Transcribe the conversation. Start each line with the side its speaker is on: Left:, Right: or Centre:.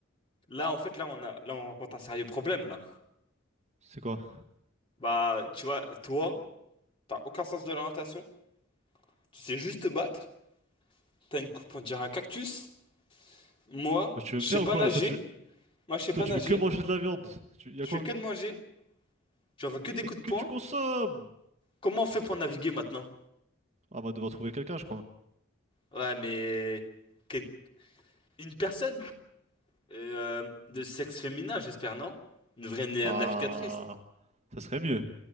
Left: là, en fait, là, on a... Là, on rencontre un sérieux problème, là.
Right: C'est quoi?
Left: Bah, tu vois, toi, t'as aucun sens de l'orientation. Tu sais juste te battre. T'as une coupe, on dirait un cactus. Moi,
Right: Bah, tu veux
Left: je
Right: me faire
Left: sais pas
Right: ou quoi,
Left: nager.
Right: là? Toi, tu,
Left: Moi, je sais pas
Right: toi, tu
Left: nager.
Right: veux que manger de la viande. Tu... Y
Left: Je
Right: a quoi?
Left: fais que de manger. J'en veux que des
Right: Et
Left: coups de
Right: que
Left: poing.
Right: tu consommes!
Left: Comment on fait pour naviguer maintenant?
Right: Ah, on va devoir trouver quelqu'un, je crois.
Left: Ouais, mais... quel- Une personne euh, de sexe féminin, j'espère, non? Une vraie na-
Right: Ah,
Left: navigatrice.
Right: ça serait mieux.